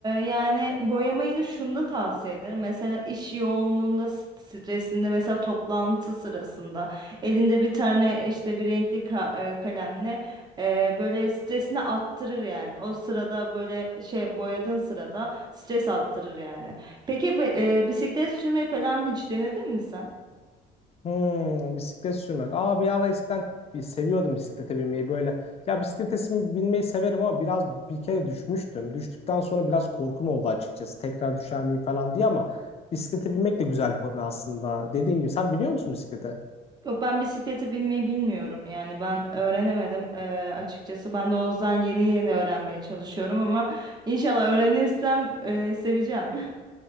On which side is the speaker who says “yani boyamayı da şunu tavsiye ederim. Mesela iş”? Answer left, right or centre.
Right